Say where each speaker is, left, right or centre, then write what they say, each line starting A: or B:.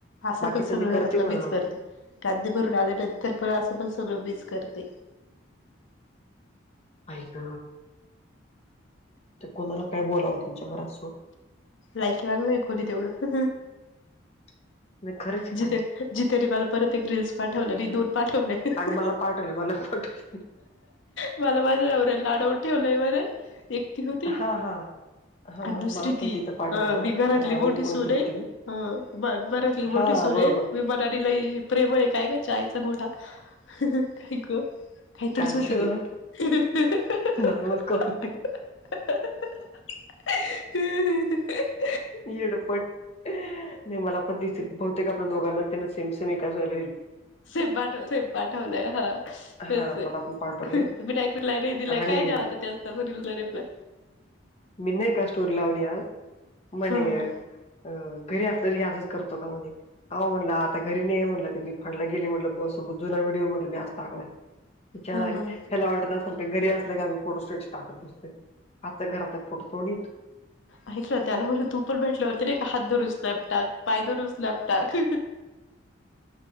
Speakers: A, on the left; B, on the left.
A: असं
B: बाकीच
A: पण सगळं
B: मी करते
A: घरातलं
B: म्हणावं
A: बीज करते कांदे भरून आल्यानंतर पण असं पण सगळं मीस करते
B: ऐक ते कोणाला काय बोलावं तुमच्या घरात सोड
A: लायकीवान नाही खोली तेवढं
B: <unintelligible> म खरंचिकायच
A: जिथे जितेने मला परत एक रील्स पाठवलं नाही दोन पाठवले.
B: अग मला पाठवले मला पाठवले <inaudible>
A: मला नवऱ्यानी लाडाऊन ठेवलंय म्हणे एकती होती.
B: हा हा हा
A: अन दुसरी
B: मला पण
A: ती
B: तिचा पाठवलेला
A: अ मी घरातली
B: आणि अजून
A: मोठी
B: कोणतरी
A: सून ये
B: होती
A: अ बघ बरती मी
B: हा
A: मोठी सून
B: बरोबर
A: ये. मी म्हणाली लय प्रेम आहे काय का चायचा घोडा काय ग? काहीतरीच
B: कांचन
A: होती ती <unintelligible> <unintelligible>
B: नॉर्मल कॉल
A: हह ह
B: येडपट नाही मला पण दिस बहुतेक आपल्या दोघांना त्यांना सेमसेम विकासयला
A: से पाठव से पाठवलाय हा
B: हा
A: तेच आहे
B: मला पण पाठवले
A: तुम्ही ाकलाय रे दिलाय
B: आणि
A: काय द्या आता त्या त्याचा दिला रिप्लाय
B: मीन नाही का स्टोरी लावली आज म्हणे
A: हा हा.
B: अ घरी असलो वर हे असच करतो का म्हध्ये. होह म्हटलं आता घरी नाही आहे म्हणलं त्यांनी फाडला गेली म्हटलं बस सोबत जुना व्हिडिओ म्हटलं मी आज टाकलाय. बिचारी!
A: हा हा
B: ह्याला वाटत असल का घरी असल का आम्ही फोटो स्टेटस टाकत बसतय. आता घरातला फोट थोडीये तो
A: ऐकलं त्याला म तूपण भेटल्यावरती एक हात धरूस नाही. टाक पाय धरून स्नॅप टाक.